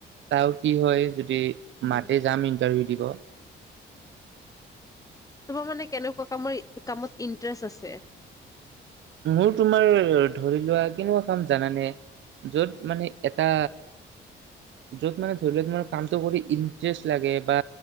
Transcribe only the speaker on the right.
চাও কি হয় যদি
মাতে যাম ইন্টাৰভিউ দিব
মোৰ তোমাৰ ধৰি লোৱা কেনেকুৱা কাম জানানে য'ত মানে এটা য'ত মানে ধৰি ল কামটো কৰি ইটষ্ট লাগে বা